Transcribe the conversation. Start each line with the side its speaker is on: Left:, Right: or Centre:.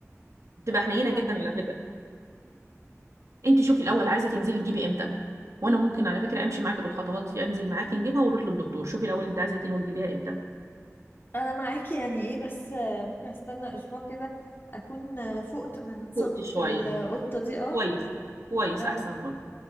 Right: بتبقى
Left: عندك
Right: حنينه
Left: حق
Right: جدا على فكره انت شوفي الاول عايزه تنزلي تجيبي امتى وانا ممكن على فكره امشي معاكي بالخطوات دي انزل معاكي نجيبها ونروح للدكتور شوفي الاول انت عايزه تنوي تجيبيها امتى
Left: انا معاكي يعني ايه بس آه، ممكن استنى اسبوع كده اكون آه، فقت من صدمه
Right: وقت شويه
Left: القطه دي اه
Right: كويس كويس
Left: اه
Right: احسن برضه